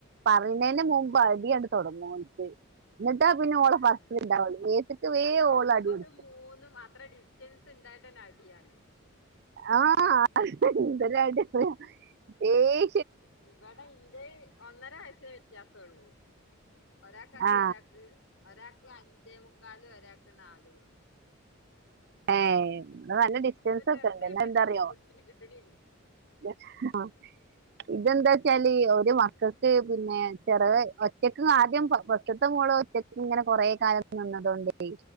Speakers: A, on the right; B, on the left.
A: പറയ്ണതിന് മുമ്പ് അടിയാണ് തുടങ്ങു എന്നിട്ടാ പിന്നെ ഓള
B: ആഹ്
A: പറചില് ഇണ്ടാവുള്ളൂ മേത്തക്ക് വേ
B: അല്ല
A: ഓള
B: ഒമ്പതും
A: അടിപടിച്ചു
B: മൂന്നും അത്ര ഡിസ്റ്റൻസ് ഉണ്ടായിട്ടന്നെ നടിയാണ്
A: ആ എന്റരഡിയാണ് ഏയ്
B: ഇവിടെ ഇന്ത്യ ഒന്നര വയസ്സ വ്യത്യാസ ഉള്ളൂ ഒരാക്ക് അഞ്ചും
A: ആ
B: ഒരാക്ക് ഒരാൾക്ക് അഞ്ചേ മുക്കാലും ഒരാൾക്ക് നാലും
A: ഏ നല്ല ഡിസ്റ്റൻസ്
B: അത്ര ചെറുതായിട്ടന്നെ
A: ഒക്കെണ്ട്ല്ലേ എന്താറിയോ
B: നമുക്ക് പിടിച്ചിട്ട് കിട്ടണില്ല
A: ആഹ ഇതെന്താ വെച്ചാല് ഒരു മക്കൾക്ക് പിന്നെ ചെറ ഒച്ചക്ക് ആദ്യം ഫസ്റ്റ്ത്തെ മോള ഒറ്റക്ക് ഇങ്ങനെ കൊറെേ കാലം നിന്നതൊണ്ടേ